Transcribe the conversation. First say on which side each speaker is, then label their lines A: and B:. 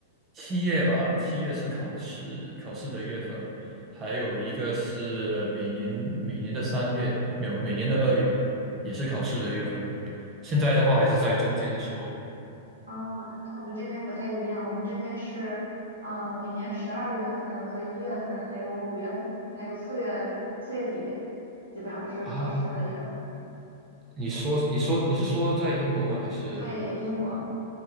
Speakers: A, on the right; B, on the right.
A: 七月吧，七月是考试考试的月份，还有一个是每年每年的三月，没有，每年的二月也是考试的月份。现在的话还是在中间的时候
B: 啊，那跟我们这边不太一样，我们这边是，呃，每年十二月份和一月份，还有五月份，还有四月四月底，基本上是考试的月份。
A: 啊。你说，你说，你是说在英国吗？还是？
B: 对，英国。